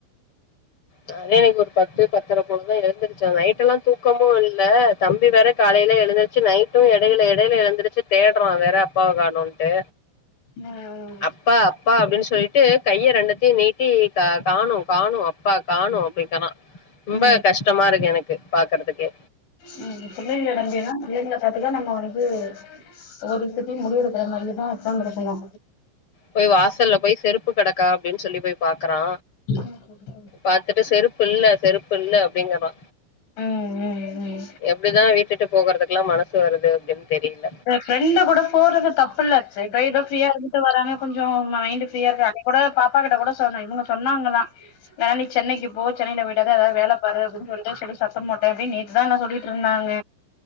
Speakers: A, on the left; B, on the left.
A: அதா இன்னிக் ஒரு பத்து பத்தர போலதா எழுந்திருச்சே நைட் எல்லா தூக்கமு இல்ல தம்பி வேற காலைல எழுந்த ச்சு நைட்டு எடையில எடையில எழுந்துருச்சு தேட்றா வேற அப்பாவ காணோன்ட்டு.
B: ம்
A: அப்பா ப்பா அப்டின் சொல்லிட்டு கைய ரெண்டுத்தியு நீட்டி க காணோ காணோ அப்பா காணோ அப்டிக்கறா ரொம்ப
B: ம்
A: கஷ்டமா இருக்கு எனக்கு பாக்கறதுக்கே.
B: ம் ம் பிள்ளைங்கள நம்பி எல்லா பிள்ளைங்கள பாத்துதா நம்ம வந்து ஒவ்வொர் விஷ்யத்தியு முடிவெடுக்குற மாரியேதா ஒக்காந்திருக்குணு.
A: போய் வாசல்ல போய் செருப்பு கெடக்கா அப்டின் சொல்லி போய் பாக்கறா.
B: <inaudible>
A: பாத்துட்டு செருப்பு இல்ல செருப்பு இல்ல அப்டிங்கறா.
B: ம் ம் ம்
A: எப்டிதா வீட்டுட்டு போகறதுக்லா மனசு வருது அப்டின் தெரில.
B: இந்த ஃப்ரெண்டு கூட போறது தப்புல்ல செ இதா எதோ ஃப்ரீயா இருந்துட்டு வராங்க கொஞ்சோ மைண்டு ஃப்ரீயாருக்கு அன்னிக் கூட பாப்பா கிட்ட கூட சொன்னே இவுங்க சொன்னாங்கலா. நா நீ சென்னைக்கு போ சென்னைல போய்ட்டு எதா எதாவ் வேல பாரு அப்டின் சொல்ட்டு சொல்லி சத்தம் போட்டே அப்டின் நேத் இதான்னா சொல்லிட்ருந்தாங்க.